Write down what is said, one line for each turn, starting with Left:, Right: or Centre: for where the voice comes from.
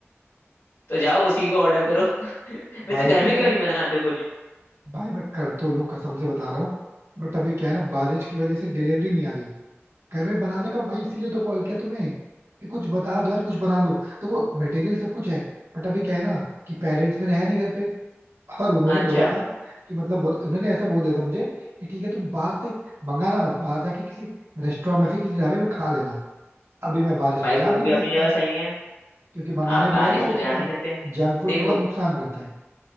Left: तो जाओ उसी को ऑर्डर करो <laughs> वैसे
Right: भाई
Left: घर में क्यों
Right: मैं
Left: नहीं बनाते हो कुछ
Right: भाई मैं कर तो लूं कसम से बता रहा हूँ बट अभी क्या है ना बारिश की वजह से डिलीवरी नहीं आ रही घर में बनाने का भाई इसीलिए तो कॉल किया तुम्हें कि कुछ बता दो यार कुछ बना लो देखो मटेरियल सब कुछ है बट अभी क्या है ना कि पेरेंट्स मेरे है नहीं घर पे और उन्होंने
Left: अच्छा
Right: बोला था कि मतलब बोला उन्होंने ऐसा बोल दिया था मुझे कि ठीक है तुम बाहर से मंगाना मत बाहर जाके किसी रेस्टोरेंट में फिर किसी ढाबे में खा लेना अभी मैं बारिश
Left: भाई
Right: में जा
Left: वो
Right: भी
Left: भी
Right: नहीं
Left: अपनी
Right: सकता
Left: जगह सही है
Right: क्योंकि मंगाने
Left: आप
Right: पे
Left: बारिश
Right: क्या है वो
Left: में तो जा
Right: थोड़ा
Left: नहीं सकते
Right: जंक फूड
Left: देखो
Right: थोड़ा नुकसान करता है